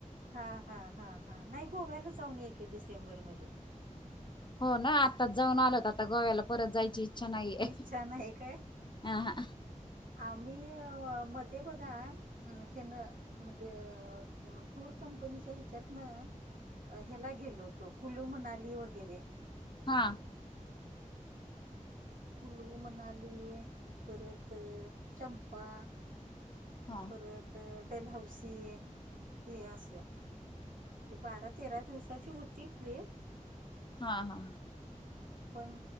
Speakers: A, on the right (about 85°); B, on the left (about 35°).
A: हा हा हा हा नाही गोव्याला जाऊन एकी डिसेंबरमध्ये.
B: हो ना आत्ताच जाऊन आलोत आता गोव्याला परत जायची इछा नाहीये
A: इच्छा नाही काय
B: अं हा.
A: आम्ही मध्ये बघा. अ हे ना म्हणजे टूर कंपनीच्या ह्याच्यात ना. <unintelligible> याला गेलो होतो कुलू मनाली वगैरे.
B: हा.
A: कुलू मनालीये परत चंपा.
B: हा
A: परत टेल हौसीये हे असं. ते बारा तेरा दिवसाची होती ट्रीप.
B: हा हा.
A: पण